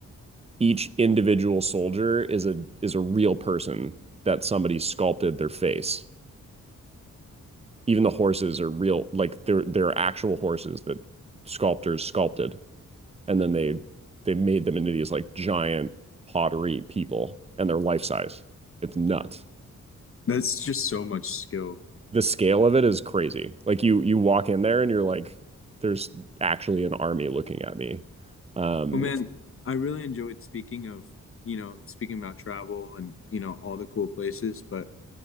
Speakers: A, on the right; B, on the left.
A: each individual soldier is a is a real person that somebody sculpted their face. Even the horses are real, like they're they're actual horses that sculptors sculpted, and then they they made them into these like giant pottery people, and they're life size. It's nuts.
B: That's just so much skill.
A: the scale of it is crazy. Like you you walk in there and you're like, there's actually an army looking at me. Um,
B: Well, man, I really enjoyed speaking of, you know, speaking about travel and, you know, all the cool places, but